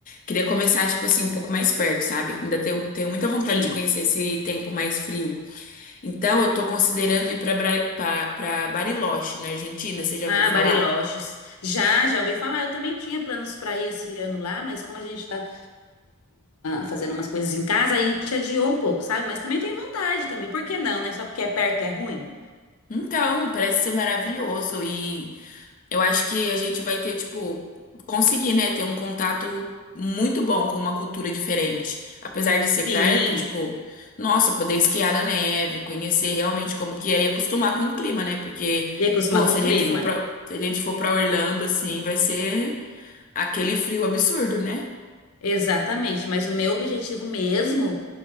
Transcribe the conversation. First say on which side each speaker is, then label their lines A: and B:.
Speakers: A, on the left; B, on the left.
A: Queria começar, tipo assim, um pouco mais perto, sabe? Ainda tenho, tenho muita vontade
B: Sim.
A: de conhecer esse tempo mais frio. Então, eu tô considerando ir pra, Bra- pra, pra Bariloche, na Argentina. Você já
B: Ah,
A: ouviu falar?
B: Bariloches. Já, já ouvi falar. Eu também tinha planos para ir esse ano lá, mas como a gente está fazendo umas coisas em casa, a gente adiou um pouco, sabe? Mas também tem vontade também. Por que não, né? Só porque é perto é ruim?
A: Então, parece ser maravilhoso Eu acho que a gente vai ter, tipo, conseguir, né, ter um contato muito bom com uma cultura diferente. Apesar de ser
B: Sim.
A: perto, tipo, nossa, poder esquiar na neve, conhecer realmente como que é e acostumar com o clima, né? Porque,
B: E acostumar
A: pô,
B: com
A: se
B: o
A: a gente
B: clima.
A: for pra, se a gente for pra Orlando, assim, vai ser aquele frio absurdo, né?
B: Exatamente. Mas o meu objetivo mesmo